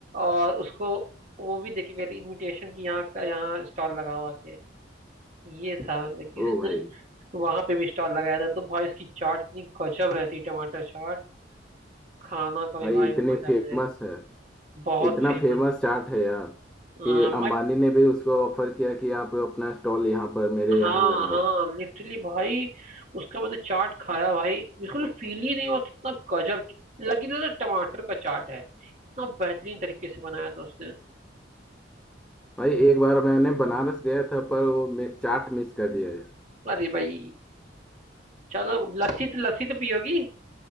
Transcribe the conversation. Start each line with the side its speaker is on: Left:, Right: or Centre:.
Right: और उसको वो भी देके गई थी इनविटेशन की यहाँ का यहाँ स्टॉल लगा हुआ के ये था मतलब कि उसने
Centre: ओ भाई
Right: वहां पे भी स्टॉल लगाया था तो भाई उसकी चाट इतनी गजब रहती टमाटर चाट खाना का भी
Centre: भाई
Right: भाई
Centre: इतनी
Right: मजा
Centre: फेमस
Right: है
Centre: है
Right: बहुत
Centre: इतना
Right: फेमस
Centre: फेमस चाट है यार
Right: मैं
Centre: कि अंबानी ने भी उसको ऑफर किया कि आप अपना स्टॉल यहाँ पर मेरे यहाँ
Right: हाँ
Centre: लगाओ
Right: हाँ लिटरली भाई उसका मैंने चाट खाया भाई बिल्कुल फील ही नहीं हुआ कितना गजब लगी ना ना टमाटर का चाट है इतना बेहतरीन तरीके से बनाया था उसने
Centre: भाई एक बार मैंने बनारस गया था पर वो मे- चाट मिस कर दिया है
Right: अरे भाई चलो लस्सी तो लस्सी तो पियोगी